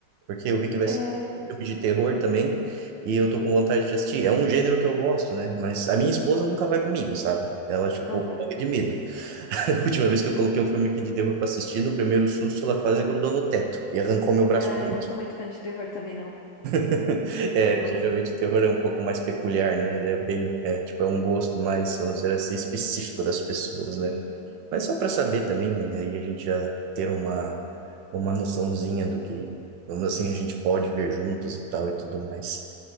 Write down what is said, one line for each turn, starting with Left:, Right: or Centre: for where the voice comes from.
Right: Porque eu vi que vai
Left: É...
Right: ser um filme de terror também e eu tô com vontade de assistir. É um gênero que eu gosto, né? Mas a minha esposa nunca vai comigo, sabe? Ela, tipo,
Left: Aham.
Right: morre de medo. <laughs> A última vez que eu coloquei um filme aqui de terror pra assistir, no primeiro susto, ela quase grudou no teto e arrancou meu
Left: Não,
Right: braço junto.
Left: eu não sou muito fã de terror também, não.
Right: <laughs> É,
Left: Não gosto.
Right: geralmente o terror é um pouco mais peculiar, né? Ele É bem, é, tipo, é um gosto mais, vamos dizer assim, específico das pessoas, né?
Left: Sim.
Right: Mas só para saber também, daí a gente já ter uma uma noçãozinha do que, vamos assim, a gente pode ver juntos e tal e tudo mais.